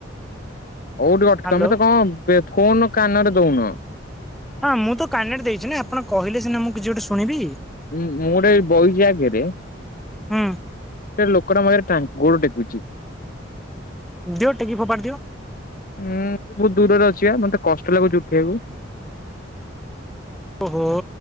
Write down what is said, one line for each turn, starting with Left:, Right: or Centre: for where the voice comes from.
Left: କୋଉଠି ଅଟକି
Centre: ହ୍ୟାଲୋ
Left: ତମେ ତ କଣ ଫୋନ କାନରେ ଦଉନ।
Centre: ହଁ ମୁଁ ତ କାନେଟ ଦେଇଛି ନା ଆପଣ କହିଲେ ସିନା ମୁଁ କିଛି ଗୋଟେ ଶୁଣିବି।
Left: ଉଁ ମୁଁ ଗୋଟେ ଆଗରେ ବଇଚି।
Centre: ହୁଁ
Left: ସେ ଲୋକର ମୋ ଆଗରେ ଟାଣି ଗୋଡ ଟେକୁଛି।
Centre: ଦିଅ ଟେକି ଫୋପାଡ଼ି ଦିଅ।
Left: ଉୁଁ ବହୁତ ଦୂରରେ ଅଛିିବା ମତେ କଷ୍ଟ ଲାଗୁଛି ଉଠେଇିବାକୁ
Centre: ଓହୋ